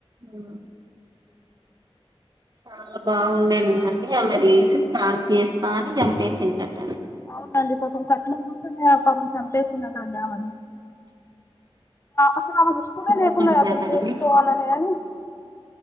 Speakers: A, on the right; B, on the left.
A: ఉ చాలా బాగుందఅండి ఆమె మాజాక్ చేస్తా అని చంపేసిందడి
B: అవునండి పాపం కట్నం కోసమే ఆమెను చంపేశారండి ఆమేను అసలు ఆమె ఇష్టమే
A: ఘోరం
B: లేకుండే
A: కదండి
B: చేసుకోవాలని కాని